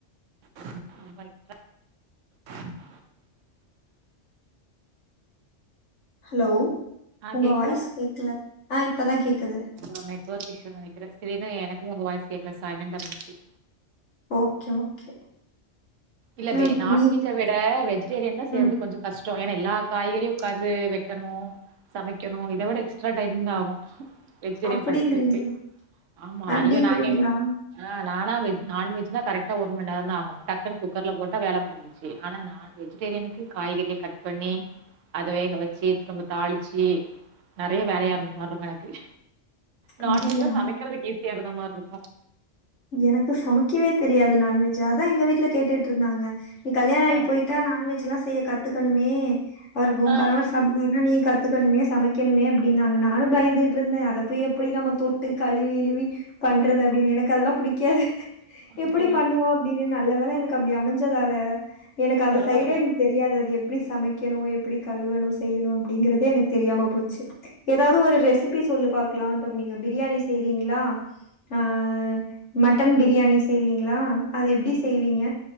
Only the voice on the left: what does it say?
ஹலோ
உங்க
வாய்ஸ் கேட்கல. ஆ இப்பதான் கேக்குது.
ஓகே ஓகே
அ
நீ
ம்.
அப்படிங்கிறீங்களா?
அப்படிங்கிறீங்களா?
அப்டியா
எனக்கு சமைக்கவே தெரியாது நான்வெஜ் அதா எங்க வீட்ல கேட்டுட்டு இருந்தாங்க நீ கல்யாண
ஆயி போயிட்டா நான்வெஜ் ஜ்லா செய்ய கத்துக்கணுமே அவருக்கு உன்
கணவர் சாப்டுவார்னா நீ கத்துக்கணுமே சமைக்கணுமே அப்டின்னாங்க நானும் பயந்திட்டுருந்த அத போய் எப்டி நாம தொட்டு களிவி இழுவி பண்றது அப்டின்னு எனக் க்கு அதெல்லா புடிக்காது
எப்டி பண்ணுவோ அப்டின்னு நல்ல வேல எனக் கு அப்டி அமஞ்சதால எனக்கு அந்த
சைடே எனக்கு தெரியாது அது எப் எப்டி சமைக்கணு எப்டி களுவணு செய்யணு அப்டிங்கறதே எனக் தெரியாம போச்சு எதாவது ஒரு ரெசிபி சொல்லு பாக் க்லா <unintelligible> நீங்க பிரியாணி செய்றீங்களா அஹ் மட்டன் பிரியாணி செய்வீங்களா அது எப்டி செய்வீங்க